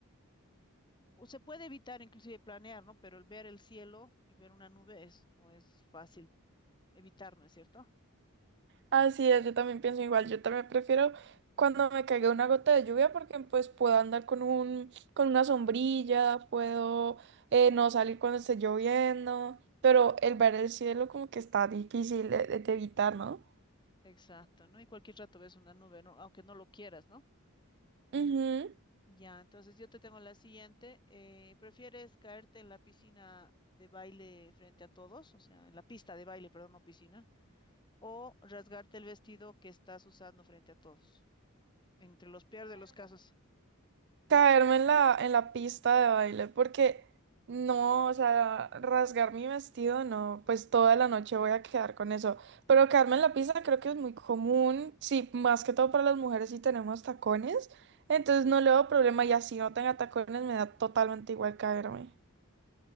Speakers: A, on the left; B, on the right.
A: o se puede evitar inclusive planear, ¿no? Pero el ver el cielo y ver una nube es, no es fácil evitar, ¿no es cierto?
B: Así es, yo también pienso igual. Yo también prefiero cuando me caiga una gota de lluvia porque pues puedo andar con un, con una sombrilla, puedo eh, no salir cuando esté lloviendo, pero el ver el cielo como que está difícil de, de- de evitar, ¿no?
A: Exacto, ¿no? Y cualquier rato ves una nube, ¿no? Aunque no lo quieras, ¿no?
B: Ujú.
A: Ya, entonces yo te tengo la siguiente. eh, ¿prefieres caerte en la piscina de baile frente a todos? O sea, en la pista de baile, perdón, no piscina. ¿O rasgarte el vestido que estás usando frente a todos? Entre los peores de los casos.
B: caerme en la, en la pista de baile, porque no, o sea, rasgar mi vestido, no, pues toda la noche voy a quedar con eso. Pero caerme en la pista creo que es muy común, sí, más que todo para las mujeres si tenemos tacones, entonces no le veo problema y así no tenga tacones me da totalmente igual caerme.